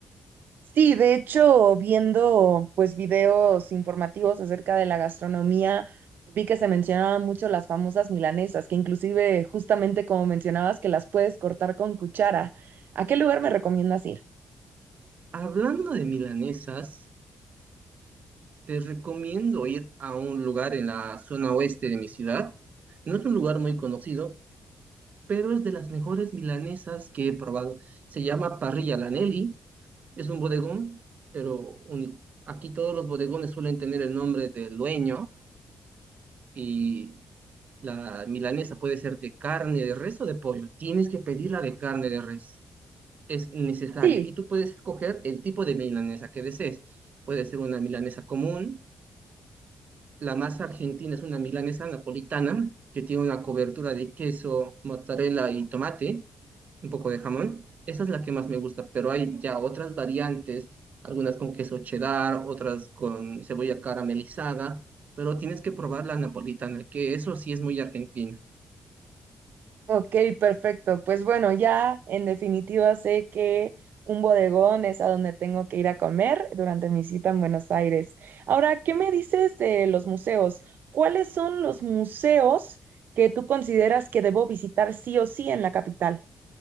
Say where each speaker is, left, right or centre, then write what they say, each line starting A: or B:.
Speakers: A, on the right; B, on the right.
A: Sí, de hecho, viendo pues videos informativos acerca de la gastronomía, vi que se mencionaban mucho las famosas milanesas, que inclusive justamente como mencionabas que las puedes cortar con cuchara. ¿A qué lugar me recomiendas ir?
B: Hablando de milanesas, te recomiendo ir a un lugar en la zona oeste de mi ciudad. No es un lugar muy conocido, pero es de las mejores milanesas que he probado. Se llama Parrilla Lanelli. Es un bodegón, pero uni- aquí todos los bodegones suelen tener el nombre del dueño y La milanesa puede ser de carne de res o de pollo. Tienes que pedirla de carne de res. Es necesario.
A: Sí,
B: Y tú puedes escoger el tipo de milanesa que desees. Puede ser una milanesa común. La más argentina es una milanesa napolitana que tiene una cobertura de queso, mozzarella y tomate, un poco de jamón. Esa es la que más me gusta, pero hay ya otras variantes, algunas con queso cheddar, otras con cebolla caramelizada, pero tienes que probar la napolitana, que eso sí es muy argentina.
A: Ok, perfecto. Pues bueno, ya en definitiva sé que un bodegón es a donde tengo que ir a comer durante mi cita en Buenos Aires. Ahora, ¿qué me dices de los museos? ¿Cuáles son los museos que tú consideras que debo visitar sí o sí en la capital?